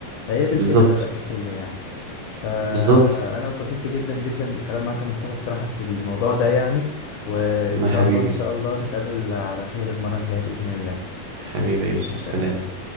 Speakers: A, on the left (about 75°); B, on the right (about 75°).
A: فهي دي
B: بالظبط
A: الفكرة الأساسية يعني فأنا
B: بالظبط
A: اتبسطت جدا جدا بالكلام معاك يا مصطفى بصراحة في الموضوع ده يعني وإن
B: والله
A: شاء
B: يا حبيبي
A: الله إن شاء الله نتقابل على خير المرة الجاية بإذن الله
B: حبيبي يا
A: حبيبي
B: يوسف
A: سلام
B: سلام